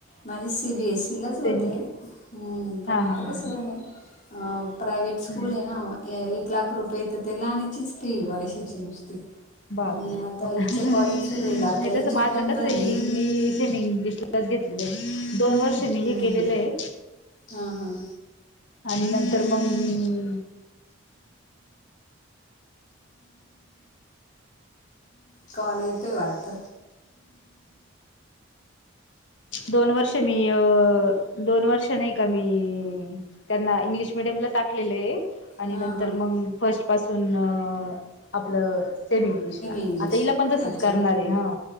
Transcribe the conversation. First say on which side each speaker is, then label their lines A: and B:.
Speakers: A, on the left; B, on the left.
A: माझी सी बी एस सी तिलाच
B: सेमी
A: होते हम्म पण
B: हा हा
A: आता
B: हा
A: कसं झालं अह प्रायव्हेट
B: हा
A: स्कूल आहे ना म अह एक लाख रुपयेे तर ते लानेचीच फी वर्षाची नुसती.
B: बापरे,
A: आणि आता हिचं
B: नाही
A: कॉलेज सुरू होईल आता हिची
B: तस माझ
A: पण
B: कस
A: भरली
B: आहे मी सेम इंग्लिशला <unintelligible> दोन वर्ष मी
A: हम्म
B: हे केलेलं
A: हम्म
B: आहे.
A: हां हां
B: आणि नंतर मग
A: कॉल येतोय वाटत.
B: दोन वर्ष मी अह दोन वर्ष नाही का मी त्यांना इंग्लिश मिडियमला टाकलेले आणि
A: त्यांना
B: नंतर
A: इंग्लिश मिडियमला टाकलेलं आहे हा हा फर्स्ट पासून आपलं
B: मग फस्टपासून अह आपलं सेम इंग्लिशला.
A: इंग्लिश
B: आता हिला पण तसच
A: अच्छा
B: करणार आहे हा,